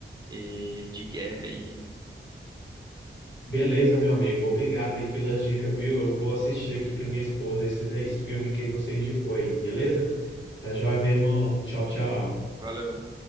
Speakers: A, on the right; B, on the left.
A: e de guerra aí.
B: Beleza, meu amigo. Obrigado aí pela dica, viu? Eu vou assistir aqui com a minha esposa esses, esse filme que você indicou aí, beleza? Tá joia, meu irmão. Tchau, tchau.
A: Valeu.